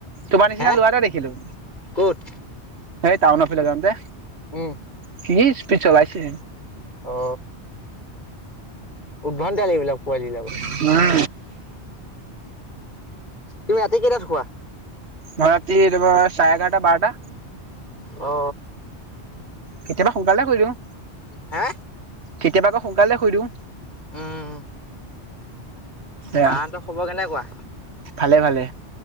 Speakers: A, on the right (about 70°); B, on the left (about 45°).
A: তোমাৰ নিচিনা
B: হে
A: ল'ৰা এটা দেখিলো।
B: ক'ত
A: সেই টাউন ফালে যাওঁতে।
B: উম
A: কি স্পিড চলাইছে।
B: অ উ। ভণ্টা এইবিলাক পোৱালিবিলাকত
A: উম
B: তুমি ৰাতি কেইটাত শুৱা
A: মই ৰাতি তোমাৰ চাৰে এঘাৰটা বাৰটা।
B: অ
A: কেতিয়াবা সোনকালে শুই দিওঁ
B: হে
A: কেতিয়াবা আকৌ সোনকালে শুই দিওঁ।
B: উম।
A: এয়া
B: বা হতৰ খবৰ কেনেকুৱা।
A: ভালে ভালে